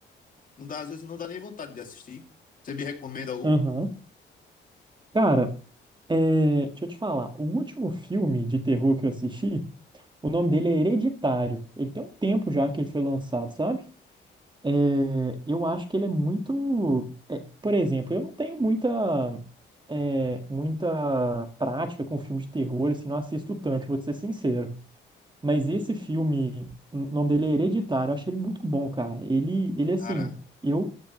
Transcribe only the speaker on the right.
Aham. Cara, é, deixa eu te falar. O último filme de terror que eu assisti, o nome dele é Hereditário. Ele tem um tempo já que ele foi lançado, sabe? É, eu acho que ele é muito. é, por exemplo, eu não tenho muita, é, muita prática com filme de terror, assim, não assisto tanto, vou te ser sincero. Mas esse filme, o nome dele é Hereditário, eu achei ele muito bom, cara. Ele, ele assim,
eu,